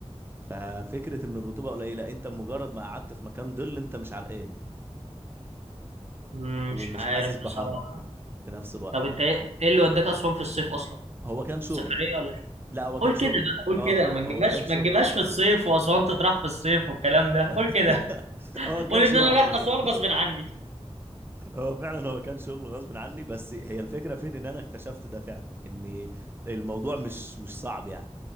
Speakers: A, on the right; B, on the right.
A: ففكرة ان الرطوبة قليلة انت مجرد ما قعدت في مكان ظل انت مش عرقان
B: مم،
A: ومش
B: مش عارف
A: حاسس بحر
B: بصراحة
A: في نفس الوقت
B: طب انت ايه إيه اللي وداك اسوان في الصيف اصلا
A: هو كان شغل
B: سفرية ولا إيه؟
A: لا هو كان
B: قول كده
A: شغل
B: بقى قول
A: اه
B: كده ما تجيبهاش
A: هو كان شغل
B: ما تجيبهاش في الصيف واسوان تطرح في الصيف والكلام ده
A: <laughs>
B: قول كده
A: هو كان
B: قول
A: شغل
B: ان انا رايح
A: والله
B: اسوان غصب عني
A: هو فعلا هو كان شغل غصب عني بس هي الفكرة فين ان انا اكتشفت ده فعلا ان الموضوع مش مش صعب يعني